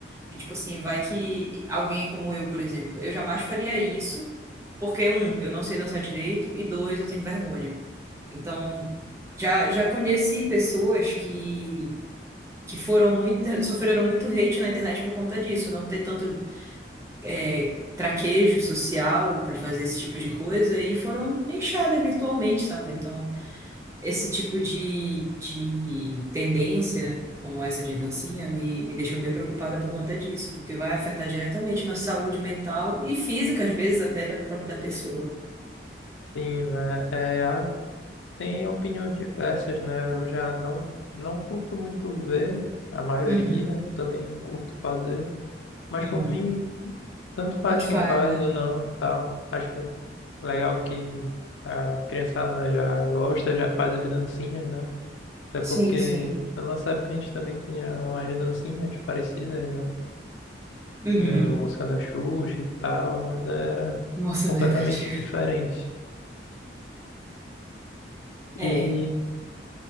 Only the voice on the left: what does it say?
Sim, né? É, há- tem opiniões diversas, né? Eu já não, não curto muito ver, a maioria
também não curto fazer. Mas
por mim, tanto faz
quem
faz
ou não e tal. Acho Legal que a criançada já gosta, já faz as dancinhas, né? Até
porque
na nossa época a gente também tinha umas dancinhas parecidas, né?
Em música da Xuxa e tal, mas era
completamente
diferente.
E,